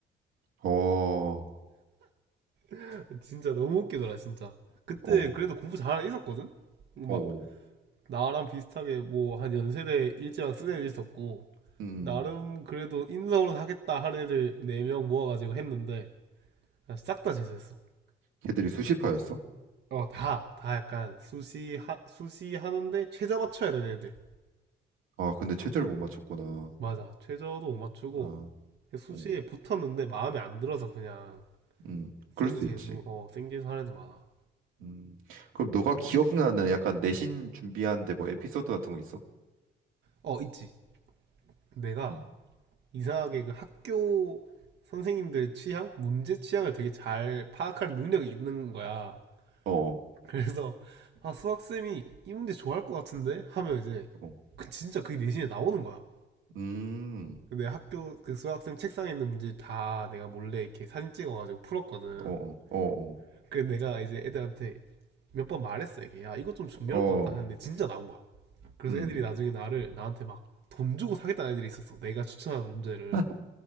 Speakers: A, on the right (about 85°); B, on the right (about 60°).
A: 어,
B: <laughs> 진짜 너무 웃기더라, 진짜. 그때
A: 어, 어.
B: 그래도 공부 잘하는 애 있었거든? 막
A: 어.
B: 나랑 비슷하게 뭐 한 연세대 일제랑 쓴 애들 있었고
A: 음.
B: 나름 그래도 인성으로 하겠다 하는 애들 네 명 모아가지고 했는데 싹 다 재수했어.
A: 걔들이 수시파였어?
B: 어, 다, 다 약간 수시, 하, 수시 하는데 최저 맞춰야 되는 애들.
A: 아, 근데 최저를 못 맞췄구나.
B: 맞아, 최저도 못 맞추고
A: 아.
B: 수시에
A: 어.
B: 붙었는데 마음에 안 들어서 그냥
A: 음,
B: 생
A: 그럴 수
B: 재수,
A: 있지.
B: 어, 생 재수 하는 애도 많아.
A: 음, 그럼 너가 기억나는 약간 내신 준비하는데 뭐 에피소드 같은 거 있어?
B: 어, 있지. 내가
A: 음,
B: 이상하게 그 학교 선생님들 취향, 문제 취향을 되게 잘 파악하는 능력이 있는 거야.
A: 어, 어,
B: 그래서 아 수학쌤이 이 문제 좋아할 것 같은데 하면 이제
A: 어.
B: 그 진짜 그게 내신에 나오는 거야.
A: 음,
B: 근데 학교 그 수학쌤 책상에 있는 문제 다 내가 몰래 이렇게 사진 찍어가지고 풀었거든.
A: 어, 어, 어,
B: 그래서 내가 이제 애들한테 몇 번 말했어 이게 야 이거 좀 중요할
A: 어,
B: 것 같다 하는데
A: 어,
B: 진짜 나온 거야. 그래서
A: 음.
B: 애들이 나중에 나를 나한테 막 돈 주고 사겠다는 애들이 있었어. 내가 추천한 문제를.
A: <laughs>